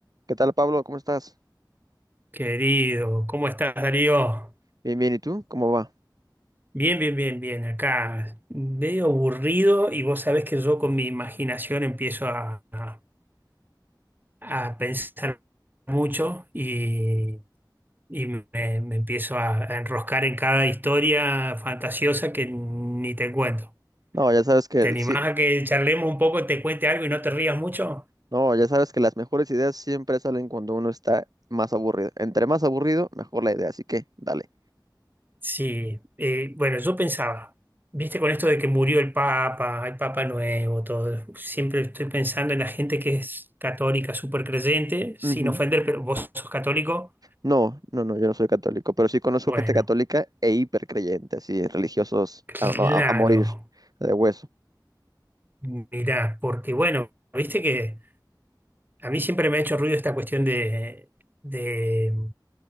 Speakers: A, on the right; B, on the right.
A: ¿Qué tal, Pablo? ¿Cómo estás?
B: Querido, ¿cómo estás, Darío?
A: Bien, bien, ¿y tú? ¿Cómo va?
B: Bien, bien, bien, bien. Acá medio aburrido y vos sabés que yo con mi imaginación empiezo a, a- a pensar mucho y, y me, me empiezo a, a enroscar en cada historia fantasiosa que ni te cuento.
A: No, ya sabes que
B: ¿Te
A: el-
B: animás
A: sí,
B: a que charlemos un poco, te cuente algo y no te rías mucho?
A: no, ya sabes que las mejores ideas siempre salen cuando uno está más aburrido. Entre más aburrido, mejor la idea, así que dale.
B: Sí, eh, bueno, yo pensaba, viste, con esto de que murió el Papa, hay Papa nuevo, todo, siempre estoy pensando en la gente que es católica, súper creyente, sin
A: Ujú.
B: ofender, pero vos sos católico,
A: No, no, no, yo no soy católico, pero sí conozco
B: bueno,
A: gente católica e hipercreyente, así, religiosos
B: claro,
A: a, a- a morir de hueso.
B: mirá, porque bueno, viste que a mí siempre me ha hecho ruido esta cuestión de, de